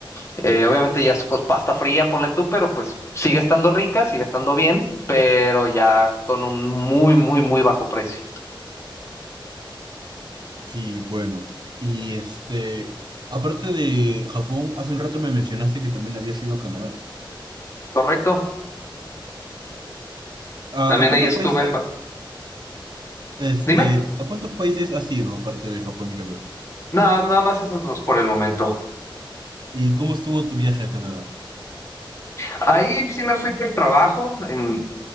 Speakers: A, on the left; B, on the right.
A: Eh, obviamente ya es cos- pasta fría, ponle tú, pero pues sigue estando rica, sigue estando bien, pero ya con un muy, muy, muy bajo precio.
B: Sí, bueno. Y este, aparte de Japón, hace un rato me mencionaste que también habías ido a Canadá.
A: Correcto.
B: ¿A,
A: También
B: a cuántos
A: ahí estuve
B: países,
A: en... Ba-
B: este,
A: Dime.
B: a cuántos países has ido aparte de Japón y Canadá?
A: Nada, nada más esas dos por el momento.
B: ¿Y cómo estuvo tu viaje a Canadá?
A: Ahí sí me fui por trabajo en-